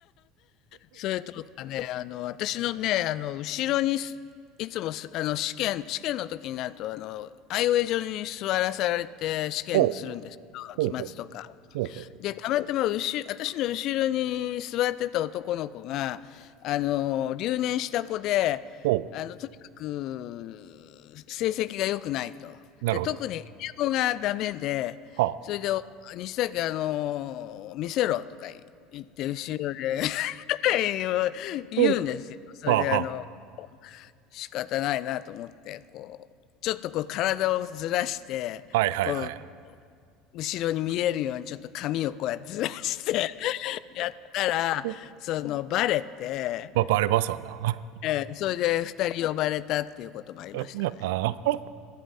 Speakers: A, on the left (about 55°); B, on the right (about 65°).
A: それとかね、あの、私のね、あの、後ろにす、いつもす、あの、試験、試験の時になると、あの、アイウェイ上に座らされて試験するんですけど、
B: ほう、ほうほう、
A: 期末とか。
B: ほうほう、
A: で、たまたま、後ろ、私の後ろに座ってた男の子が、あの、留年した子で、
B: ほ
A: あの、とにかく、成績が良くないと。
B: う。なるほど。
A: で、特に英語がダメで、
B: はあ。
A: それで、西崎、あの、見せろとか言って、後ろで、<laughs> いを言うんですよ。
B: うん
A: それであの、
B: はあ、は
A: 仕方ないなと思って、こう、ちょっとこう体をずらして、
B: あ。はいはいはいは
A: こう、後ろに見えるようにちょっと髪をこうやってずらして <laughs> やったら、
B: い。うん
A: その、バレて、
B: まあ、バレますわな。
A: ええ、それで二人呼ばれたっていうこともありましたね。
B: <laughs> ああ。